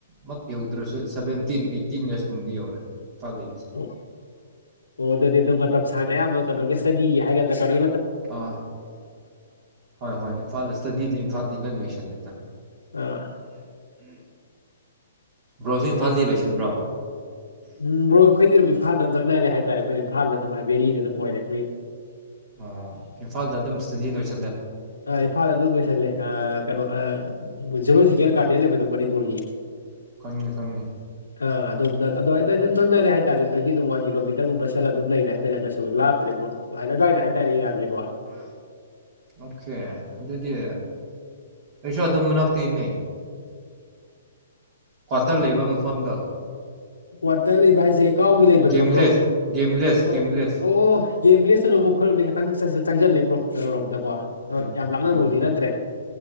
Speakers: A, on the right (about 35°); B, on the left (about 70°).
A: ꯃꯥꯛ ꯌꯧꯗ꯭ꯔꯁꯨ ꯁꯚꯦꯟꯇꯤꯟ ꯑꯩꯠꯇꯤꯟ ꯌꯥꯔꯁ ꯒꯨꯝꯕꯗꯤ ꯌꯧꯔꯦ ꯢꯝꯐꯥꯜꯗ ꯂꯩꯕꯁꯦ
B: ꯑꯣ ꯑꯣ ꯑꯗꯨꯗꯤ ꯑꯗꯨꯝ ꯃꯇꯝ ꯁꯥꯡꯅ ꯑꯌꯥꯝꯕ ꯀꯩꯅꯣꯒꯤ ꯁꯇꯗꯤꯒꯤ ꯍꯥꯏꯒꯗ꯭ꯔꯥ ꯀꯩꯅꯣ
A: ꯑ ꯍꯣꯏ ꯍꯣꯏ ꯏꯝꯐꯥꯜꯗ ꯏꯁꯇꯗꯤꯗ ꯏꯝꯐꯥꯜꯗꯤ ꯂꯣꯏ ꯂꯣꯏꯁꯜꯂꯦꯗꯅ
B: ꯑꯥ
A: ꯕ꯭ꯔꯣꯖꯤ ꯏꯝꯐꯥꯜꯗꯤ ꯂꯣꯏꯁꯤꯟꯕ꯭ꯔꯣ
B: ꯎꯝ ꯕ꯭ꯔꯣ ꯑꯩꯈꯣꯏꯗꯤ ꯑꯗꯨꯝ ꯏꯝꯐꯥꯜ ꯑꯗꯨꯝ ꯅꯛꯅꯔꯦ ꯍꯥꯏꯇꯥꯔꯦ ꯑꯩꯈꯣꯏ ꯏꯝꯐꯥꯜ ꯑꯗꯨꯝ ꯍꯥꯏ ꯕꯦꯔꯤꯗ ꯑꯗꯨꯝ ꯑꯣꯏꯔꯦ ꯑꯩꯈꯣꯏꯒꯤ
A: ꯑꯥ ꯏꯝꯐꯥꯜꯗ ꯑꯗꯨꯝ ꯁꯇꯗꯤ ꯂꯣꯏꯁꯜꯂꯦ
B: ꯑ ꯏꯝꯐꯥꯜ ꯑꯗꯨꯝ ꯂꯣꯏꯁꯜꯂꯦ ꯑꯥ ꯀꯩꯅꯣ ꯑꯥ ꯖꯨꯃꯣꯖꯤꯀꯦꯜ ꯒꯥꯔꯗꯦꯟ ꯂꯩꯕꯗꯣ ꯃꯅꯤꯄꯨꯔꯒꯤ
A: ꯈꯪꯉꯦ ꯈꯪꯉꯦ
B: ꯑ ꯑꯗꯣꯝꯗ ꯑꯗ ꯑꯗ ꯑꯗꯨꯝ ꯅꯛꯅꯔꯦ ꯍꯥꯏꯇꯥꯔꯦ ꯑꯗꯒꯤ ꯑꯗꯨꯝ ꯋꯥꯟ ꯀꯤꯂꯣꯃꯤꯇꯔꯒꯨꯝꯕ ꯆꯠꯂ ꯑꯗꯨꯝ ꯂꯩꯔꯦ ꯍꯥꯏꯇꯥꯔꯦ ꯀꯩꯁꯨ ꯂꯥꯞꯇ꯭ꯔꯦ ꯕ꯭ꯔꯣ ꯑꯗꯨꯋꯥꯏꯗ ꯍꯥꯏꯇꯥꯔꯦ ꯑꯦꯔꯤꯋꯥꯖꯦꯀꯣ
A: ꯑꯣꯈꯦ ꯑꯗꯨꯗꯤ ꯑꯩꯁꯨ ꯑꯗꯨꯝ ꯃꯅꯥꯛꯇꯩꯅꯦ ꯀ꯭ꯋꯥꯇꯔ ꯂꯩꯕ ꯃꯐꯝꯗꯣ
B: ꯋꯥ꯭ꯠꯇ ꯂꯩꯕ ꯍꯥꯏꯖꯦ ꯀꯥꯎꯒꯤ ꯂꯩꯕꯗꯨꯔꯣ
A: ꯒꯦꯝꯂꯦꯁ
B: ꯕ꯭ꯔꯣ
A: ꯒꯦꯝꯂꯦꯁ
B: ꯑꯣ
A: ꯒꯦꯝꯂꯦꯁ
B: ꯑꯣ ꯑꯣ ꯒꯦꯝ ꯚꯤꯖꯦꯜꯅ ꯑꯃꯨꯛ ꯑꯩꯈꯣꯢꯔꯣꯝꯗꯩ ꯈꯤꯇꯪ ꯆꯪꯖꯜꯂꯦ ꯕ꯭ꯔꯣ ꯀꯩꯅꯣꯔꯣꯝꯗꯀꯣ ꯍꯣꯢ
A: ꯎꯝ
B: ꯌꯥꯝ ꯂꯥꯞꯅꯕꯕꯨꯗꯤ
A: ꯎꯝ
B: ꯅꯠꯇ꯭ꯔꯦ